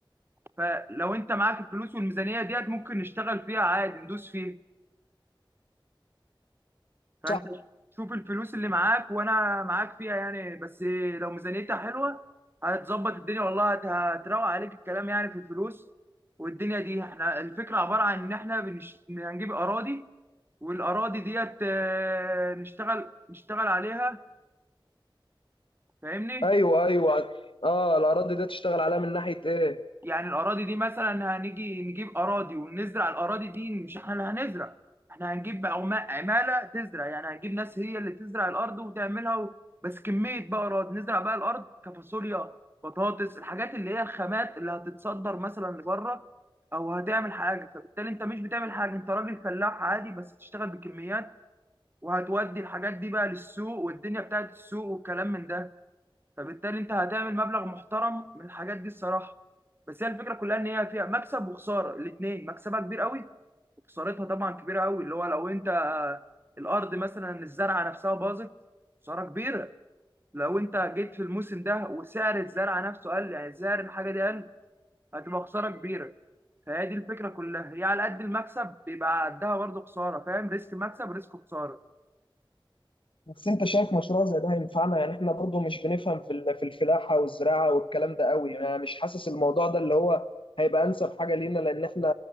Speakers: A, on the right (about 25°); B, on the left (about 75°).
A: فلو انت معاك الفلوس والميزانيه ديت ممكن نشتغل فيها عادي ندوس فيها فانت
B: صح
A: شوف الفلوس اللي معاك وانا معاك فيها يعني بس لو ميزانيتها حلوه هتظبط الدنيا والله هت- هتروق عليك الكلام يعني في الفلوس والدنيا دي احنا الفكره عباره عن ان احنا بنش... هنجيب اراضي والاراضي ديت آه، نشتغل نشتغل عليها فاهمني
B: ايوه ايوه اه الاراضي ده تشتغل عليها من ناحية ايه
A: يعني الأراضي دي مثلا هنيجي نجيب أراضي ونزرع الأراضي دي مش احنا اللي هنزرع احنا هنجيب عما- عمالة تزرع يعني هنجيب ناس هي اللي تزرع الأرض وتعملها و... بس كمية بقى أراضي نزرع بقى الأرض كفاصوليا بطاطس الحاجات اللي هي الخامات اللي هتتصدر مثلا لبره أو هتعمل حاجة فبالتالي أنت مش بتعمل حاجة أنت راجل فلاح عادي بس بتشتغل بكميات وهتودي الحاجات دي بقى للسوق والدنيا بتاعت السوق والكلام من ده فبالتالي انت هتعمل مبلغ محترم من الحاجات دي الصراحه بس هي الفكره كلها ان هي فيها مكسب وخساره الاثنين مكسبها كبير قوي وخسارتها طبعا كبيره قوي اللي هو لو انت الارض مثلا الزرعه نفسها باظت خساره كبيره لو انت جيت في الموسم ده وسعر الزرعه نفسه قل يعني سعر الحاجه دي قل هتبقى خساره كبيره فهي دي الفكره كلها هي على قد المكسب بيبقى قدها برضه خساره فاهم ريسك مكسب ريسك خساره
B: بس انت شايف مشروع زي ده هينفعنا يعني احنا برضو مش بنفهم في ال- في الفلاحة والزراعة والكلام ده قوي يعني مش حاسس الموضوع ده اللي هو هيبقى انسب حاجة لينا لان احنا